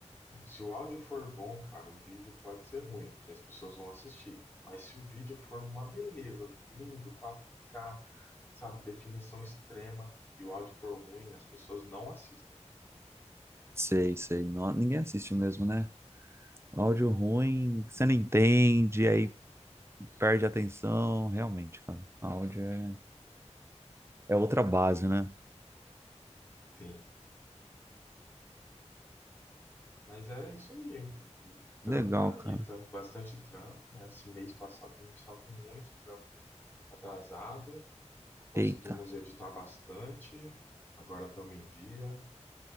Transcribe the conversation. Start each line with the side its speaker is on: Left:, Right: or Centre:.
Left: né? Se o áudio for bom, cara, o vídeo pode ser ruim, que as pessoas vão assistir. Mas se o vídeo for uma beleza, lindo, 4K, sabe, definição extrema, e o áudio for ruim, as pessoas não assistem.
Right: Sei, sei. Não, ninguém assiste mesmo, né? Áudio ruim, você não entende, aí perde a atenção. Realmente, cara. Áudio é, é outra base, né?
Left: Sim. Mas é isso aí. O o
Right: Que
Left: trampo
Right: legal,
Left: tá aí,
Right: cara.
Left: tá bastante trampo, né? Esse mês passado a gente estava com muito trampo atrasado, conseguimos
Right: Eita,
Left: editar bastante, agora estamos em dia.